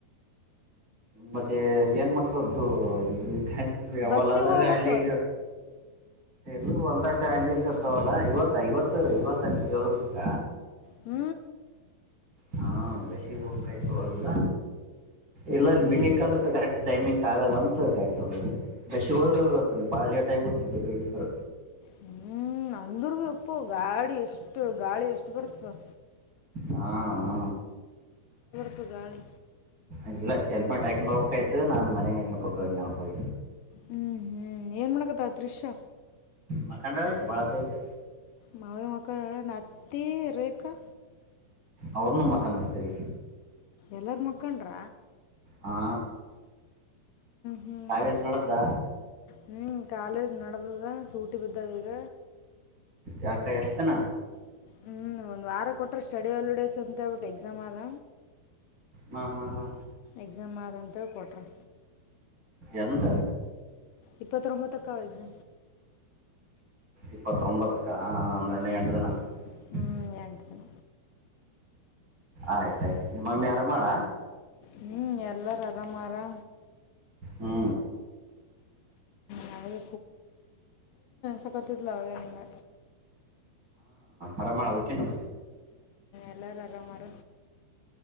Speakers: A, on the right; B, on the left.
A: ಮತ್ತೆ ಏನ್ ಮಕ್ಕದ್ದು <unintelligible>
B: ಬಸ್ಸಿಗೆ
A: ಒಲದ
B: ಹೋಗ್ಬೇಕು
A: ಗಲ ಅಲ್ಲಿ ಇಲ್ಲಿ ಎಲ್ಲ ಹೊಲ್ದಾಗ ಅಲ್ಲಿ ಇಂದ ಇರ್ತವಲ್ಲಾ ಇವತ್ತು ಇವತ್ತು ಇವತ್ತನ ಯದ್ರಕ್ಕ
B: ಹ್ಮ್
A: ಹಾ ಬಸ ಹೋಗ ಕೈಲ್ಲ ಇಲ್ಲ ಮೀಟಿಂಗ್
B: ಈ
A: ಕ ಕರೆಕ್ಟ್. ಟೈಮಿಂಗ್ ಆಗಲ್ಲ ಅಂತ ಜ ಆಡ್ಕೊಂಡೋಗ್ ಬಸ್ಿಗೆ ಹೋದ್ರೂ ಗತ್ತ ಬಾಳ ೇಟಾಗಿ ಗೊತಿದ್ದೆ ಬಟ್ಟಿದ್ರ.
B: ಹ್ಮ್ <unintelligible> ಅಪ್ಪು ಗಾಳಿ ಎಷ್ಟು ಗಾಳಿ ಎಷ್ಟು ಬರುತ್ತದ.
A: ಹಾ ಹಾ
B: ುಗಳಿ
A: ಇಲ್ಲ ಹೆಲ್ಮೆಟ್ ಆಾಕೊಂಡು ಹೋಗಬೇಕ ಆಯ್ು ನಾನನ್ ಮನೆಗೆ ಹಂಗಗೆ ಪುಟ್ಟು ನನಪಿ
B: ಹ್ಮ್ ಹ್ಮ್ ಏನ್ ಮಾಡಕತ್ತ ದೃಶ್ಯ
A: ಮಖಾಂಡ ಆಯ್ತು ಬಾತಯ್ತ
B: ಮಾವಿ ಮಕ್ಕಳ ಹೇಳ ನತ್ತಿ ರೇಖಾ
A: ಅವ್ರ ನಮ್ಮಖಾಂದ್ರ ತಿರಿ
B: ಎಲ್ಲರ ಮುಖಂಡ್ರ
A: ಹಾ
B: ಹ್ಮ್
A: ಕಾಲೇಜ ನಡ್ದಾ
B: ಹ್ಞೂ ಕಾಲೇಜ್ ನಡೆದದ ಸೂಟಿ ಬಿದ್ದಾವ ಈಗ
A: ಯಾಕ ಎಷ್ಟ ದಿನ
B: ಹ್ಮ್ ಒಂದ್ ವಾರ ಕೊಟ್ಟ ಸ್ಟಡಿ ಹಾಲಿಡೇಸ್ ಅಂತ ಒಟ್ಟು ಎಕ್ಸಾಮ್ ಅದ
A: ಹಾ ಹಾ ಹಾ
B: ಎಕ್ಸಾಮ್ ಆದಂಥ ಕೊಟ್ರ
A: ಎಂದ
B: ಇಪ್ಪತ್ರೊಂಬತ್ತಕ್ಕ ವಯಸು
A: ಇಪ್ಪತ್ೊಂಬತ್ತು ಹಾ ಅಂದ್ರೆ್ಣ
B: ಹ್ಞೂ
A: ಕಂಡ ತನ
B: ಹ್ಞೂ
A: <unintelligible>
B: ಎಂಟು ದಿನ
A: ಆಯ್ತಾಯ್ತು ನಿಮ್ಮಮ್ಮಿ ಆಮಾಅವಳ
B: ಹ್ಮ್ ಎಲ್ಲಾರು ಆರಾಮಾರಾಮ
A: ಹು
B: ಹ್ಮ್ ಯೂ ಪತ್ತತಿಲಿಂದ
A: ಆರಾಮಾಕಿನೂ
B: ಎಲ್ಲರೂ ಆರಾಮರ